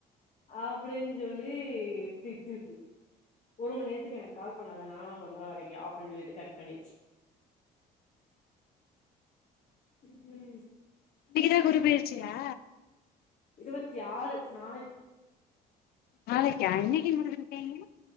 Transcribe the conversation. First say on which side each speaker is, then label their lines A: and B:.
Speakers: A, on the left (about 45°); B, on the left (about 65°).
A: அப்டின் சொல்லி திட்டுது ஒரு மண் நேரத்துக்கு எனக்கு கால் பண்ண வேனா நா பண்ற வரைக்கு அப்டின் சொல்லிட்டு கட் பண்ணிர்ச்சு ம் ம்
B: இன்னிக்கிதா குரு பெயர்ச்சியா
A: இருவத்தி ஆறு நாளைக்கி
B: நாளைக்கா இன்னக்கின் போட்டுகிட்டு இருக்காங்கெ